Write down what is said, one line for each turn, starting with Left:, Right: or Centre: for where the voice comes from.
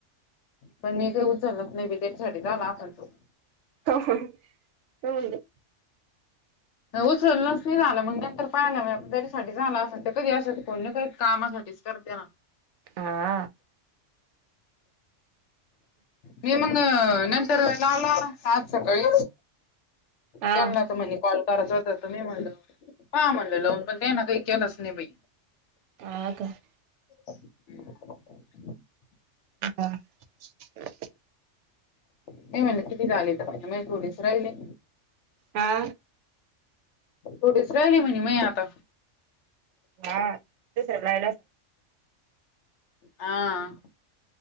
Left: पण मी काही उचलत नाही बी त्याच्यासाठी जालालतो <unintelligible>
Right: हो ह.
Left: उचललंच नाही झालं म्हण. पाय नाही म जरीसाठी झाला असे ते कधी असत कोणी करधी कामासाठीच करते ना.
Right: हा.
Left: मी मग नंतर लाव आज सकाळी
Right: हा
Left: त्यांना तर म्हणजे कॉल करायच होत तुम्ी म्हणल ह म्हणललं पाहा त्यांना काही केलंच नाही बाई
Right: काक <unintelligible> <inaudible> <unintelligible>
Left: हम्म.
Right: ह <unintelligible>
Left: नाही म्हणलं किती झाले तरहि थोेस राहिले.
Right: हा.
Left: थोटच राहिले म्हणे म आता
Right: हा सलाला
Left: हा.